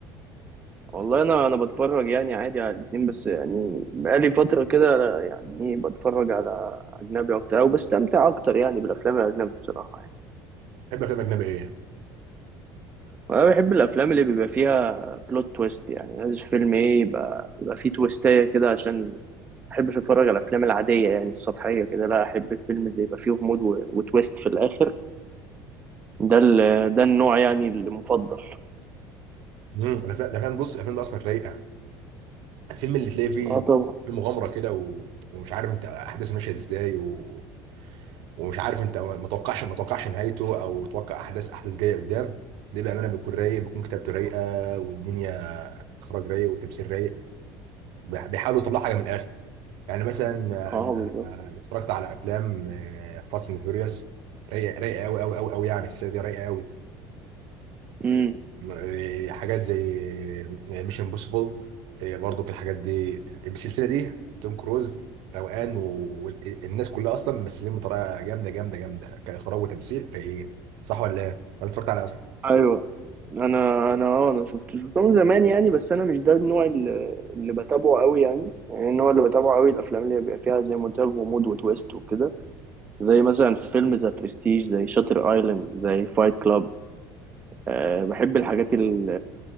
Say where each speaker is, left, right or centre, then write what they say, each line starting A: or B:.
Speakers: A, on the right (about 20°); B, on the right (about 70°).
A: والله انا انا بتفرج يعني عادي على الاتنين بس يعني بقالي فتره كده لا- يعني ايه بتفرج على اجنبي اكتر او بستمتع اكتر يعني بالافلام الاجنبي بصراحه يعني
B: بحب أفلام أجنبي إيه؟
A: وانا بحب الافلام اللي بيبقى فيها بلوت تويست يعني لازم فيلم ايه يبقى يبقى فيه تويستايه كده عشان يعني ما بحبش اتفرج على الافلام العاديه يعني السطحيه كده لا احب الفيلم اللي يبقى فيه غموض و- وتويست في الاخر ده ال- ده النوع يعني المفضل
B: امم الأفلام الأفلام- بص الأفلام دي أصلا رايقة الفيلم اللي تلاقي فيه
A: اه طبعا
B: في مغامرة كده و... ومش عارف انت احداث ماشيه ازاي و... ومش عارف انت ما توقعش ما توقعش نهايته او توقع احداث احداث جايه قدام ده بامانه بيكون رايق بيكون كتابته رايقه والدنيا اخراج رايق وتمثيل رايق بي- بيحاولوا يطلعوا حاجه من الاخر يعني مثلا
A: اه
B: انا
A: بالظبط
B: اتفرجت على افلام فاست اند فيوريوس رايقه رايقه قوي قوي قوي قوي يعني السنه دي رايقه قوي
A: امم
B: م- حاجات زي مش امبوسيبل برضو الحاجات دي بالسلسله دي توم كروز روقان والناس كلها اصلا ممثلين بطريقه جامده جامده جامده كاخراج وتمثيل ايه صح ولا ايه؟ ولا اتفرجت عليه اصلا؟
A: ايوه انا انا اه انا شفت شفته من زمان يعني بس انا مش ده النوع اللي, اللي بتابعه قوي يعني يعني النوع اللي بتابعه قوي الافلام اللي بيبقى فيها زي ما قلت لك غموض وتويست وكده زي مثلا فيلم ذا برستيج زي شاتر ايلاند زي فايت كلاب أه بحب الحاجات ال-